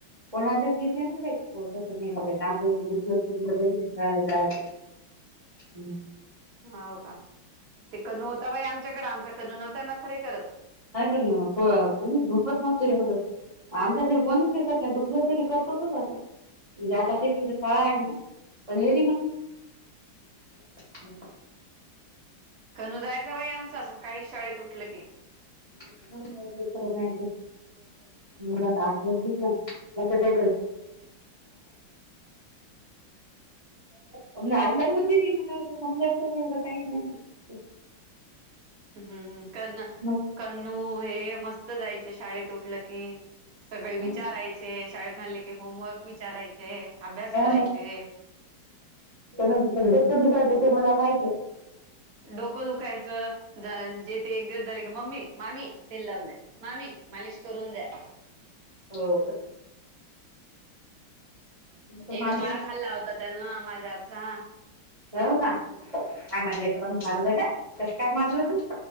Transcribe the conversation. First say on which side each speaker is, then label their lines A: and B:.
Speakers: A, on the right; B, on the right.
A: कोणाच्याच घेतल्या नाही बाई, कोण कसं नाही आपलं दुखलं खुपल तरी.
B: <inaudible>
A: हम्म.
B: हो का, ते कनू होता बाई आमच्याकडं आमचा कनू नव्हता नखरे करत.
A: नाही पण ना पोलीस <unintelligible> आमच्या तरी कोणी शेतात नाही, दुखल तरी करतोच अस. जाता
B: हम्म
A: त तर शाळा आहे ना, पण येती म्हणली ना.
B: तनू जायचा बाई, आमचा सकाळी शाळेत उठलं की.
A: खरं <unintelligible> आठवण बी नाही. <unintelligible> म्हणजे अंधारवती नाही, मला असं समजायचं एवढं काही नाही.
B: हम्म कन
A: <unintelligible>
B: कन्नू हे मस्त जायचे शाळेत उठलं की, सगळे विचाराय
A: हं.
B: चे शाळेत झाले की होमवर्क विचारायचे, अभ्यास
A: त्यामुळं
B: करायचे.
A: डोकं दुखायचं ते मला माहित.
B: डोकं दुखायचं जे ते एक दिवस झाले, की मम्मी मामी ते लावून द्या. मामी मालिश करून द्या.
A: हो नंतर
B: एकदा
A: मामी
B: मार खाल्ला होता त्यानं माझ्या हातचा.
A: हो का काय माया लेकराला मारलं का कस काय मारलं तू